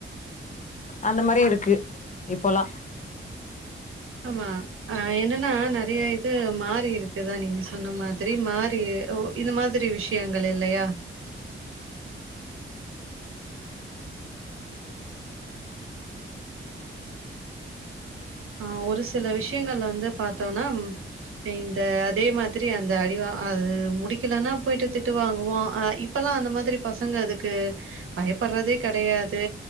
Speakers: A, on the left; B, on the right.
A: அந்த மாதிரி இருக்கு இப்போல்லா
B: ஆமா ஆ என்னன்னா நெறைய இது மாறி இருக் இதா நீங்க சொன்ன மாதிரி மாறியே ஓ இந்த மாதிரி விஷயங்கள் இல்லையா ஆ ஒரு சில விஷயங்கள் வந்து பாத்தோ நம் இந்த அதே மா திரி அந்த அழிவா அது முடிக்கலன்னா போயிட்டு திட்டு வாங்குவோ அ இப்பெல்லா அந்த மாதிரி பசங்க அதுக்கு து பயப்படுறதே கெடையாது